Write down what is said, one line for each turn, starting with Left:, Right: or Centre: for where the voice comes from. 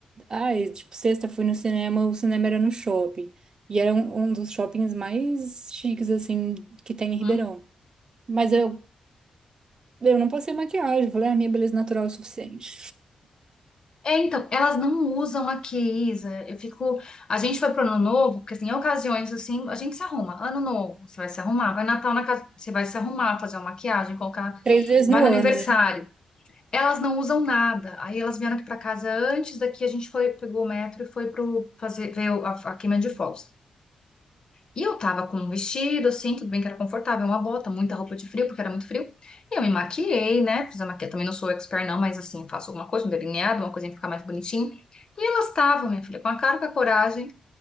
Right: Ai, tipo, sexta fui no cinema, o cinema era no shopping. E era um, um dos shoppings mais chiques, assim, que tem em
Left: uhum.
Right: Ribeirão. Mas eu, eu não passei maquiagem, falei, a minha beleza natural é o suficiente.
Left: É, então, elas não usam aqui, Isa. Eu fico. A gente foi pro Ano Novo, porque assim, em ocasiões assim, a gente se arruma. Ano Novo, você vai se arrumar. Vai Natal na casa, você vai se arrumar, fazer uma maquiagem, colocar.
Right: Três vezes
Left: Vai
Right: no
Left: no
Right: ano,
Left: aniversário.
Right: né?
Left: Elas não usam nada. Aí elas vieram aqui para casa antes, daqui a gente foi, pegou o metro e foi pro fazer ver o- a, a queima de fogos. E eu tava com um vestido, assim, tudo bem que era confortável, uma bota, muita roupa de frio, porque era muito frio. E eu me maquiei, né? Fiz a maquiagem, também não sou expert não, mas assim, faço alguma coisa, um delineado, uma coisinha pra ficar mais bonitinho. E elas estavam, minha filha, com a cara, com a coragem.